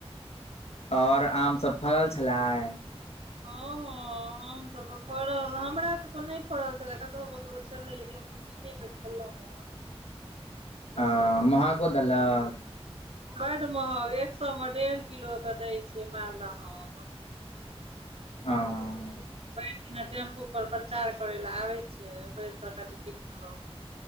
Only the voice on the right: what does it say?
हँ हँ आम सभ तऽ फड़ल हमरा सबके नहि फड़ल छलै ककरो ककरो छलै लेकिन किने कऽ खेलौ हन
बड्ड महग एक सए मे डेढ़ किलो कऽ दै छै मालदह आम
भेर दिना टेम्पू पर प्रचार करे ल आबे छै ओकरे से कनि कीन लेलौ